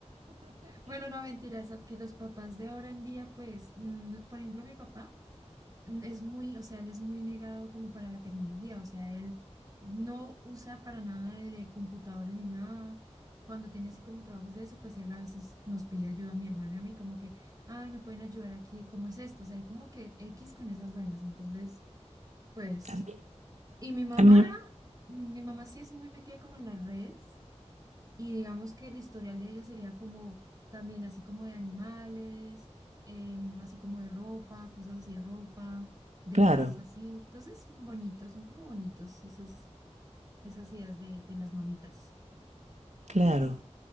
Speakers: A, on the right; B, on the right.
A: Bueno, no mentiras, aunque los papás de ahora en día, pues, mm, por ejemplo, mi papá. es muy, o sea, él es muy negado como para la tecnología, o sea, él no usa para nada de, de computadores ni nada. Cuando tiene así como trabajos de eso, pues él a veces nos pide ayuda a mi hermano y a mí, como que, ay, me pueden ayudar aquí, ¿cómo es esto? O sea, él como que X con esas vainas. Entonces, pues,
B: a mí,
A: y mi mamá,
B: a mí,
A: mi mamá sí es muy metida como en las redes. Y digamos que el historial de ella sería como también así como de animales, em, así como de ropa, cosas así de ropa, de
B: claro,
A: lugares así. Entonces, bonitos, son como bonitos esos, esas ideas de, de las mamitas.
B: claro.